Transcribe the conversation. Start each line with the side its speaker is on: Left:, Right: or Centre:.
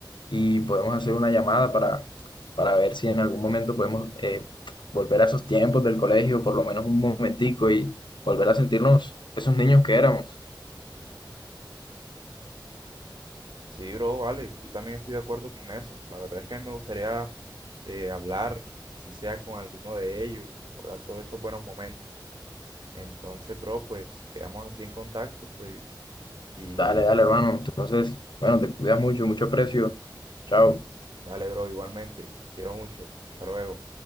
Left: y podemos hacer una llamada para, para ver si en algún momento podemos eh, volver a esos tiempos del colegio, por lo menos un momentico y volver a sentirnos esos niños que éramos.
Right: Sí, bro, vale, yo también estoy de acuerdo con eso. La verdad es que a mí me gustaría eh, hablar, así sea con alguno de ellos y recordar todos esos buenos momentos. Entonces, bro, pues quedamos así en contacto, pues, y
Left: Dale, dale, hermano. Entonces, bueno, te cuidas mucho, mucho aprecio. Chao.
Right: dale, bro, igualmente. Te quiero mucho. Hasta luego.